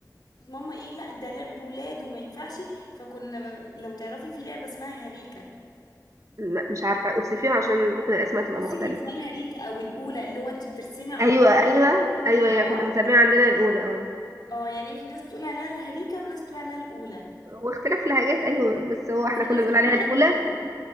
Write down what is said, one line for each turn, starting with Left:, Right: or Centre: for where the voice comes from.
Left: ماما ايه لا ده لعب ولاد وما ينفعش فكنا لو تعرفي في لعبه اسمها هريكه
Right: لا مش عارفة أوصفيها عشان ممكن الأسماء تبقى
Left: بصي
Right: مختلفة
Left: كان اسمها الهريكه او الاولى اللي هو انت بترسمي على
Right: أيوة
Left: الارض
Right: أيوة
Left: مربعات
Right: أيوة هي كنا بنسميها عندنا الأولى اه
Left: اه يعني إيه؟ في ناس بتقول عليها الهريكه وناس بتقول عليها الاولى
Right: هو اختلاف لهجات أيوة بس هو احنا
Left: وفي
Right: كنا
Left: ناس
Right: بنقول
Left: بتقول
Right: عليها الأولى
Left: اميجو